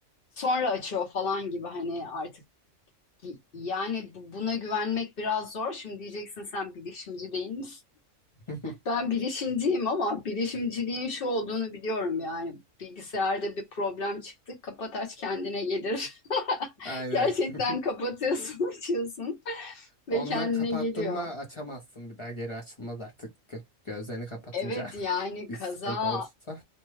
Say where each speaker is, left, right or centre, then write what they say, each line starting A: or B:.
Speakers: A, on the left (about 45°); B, on the left (about 30°).
A: Sonra açıyor falan gibi hani artık y- yani bu- buna güvenmek biraz zor. Şimdi diyeceksin sen bilişimci değil
B: <laughs>
A: Ben bilişimciyim ama bilişimciliğin şu olduğunu biliyorum yani. Bilgisayarda bir problem çıktı. Kapat aç kendine gelir. <laughs>
B: Aynen.
A: Gerçekten
B: <laughs>
A: kapatıyorsun, <laughs> açıyorsun ve
B: Ondan
A: kendine
B: kapattın
A: geliyor.
B: mı açamazsın bir daha geri açılmaz artık. Gö- Gözlerini kapatınca
A: Evet yani
B: <laughs> bir
A: kaza
B: sıkıntı olursa.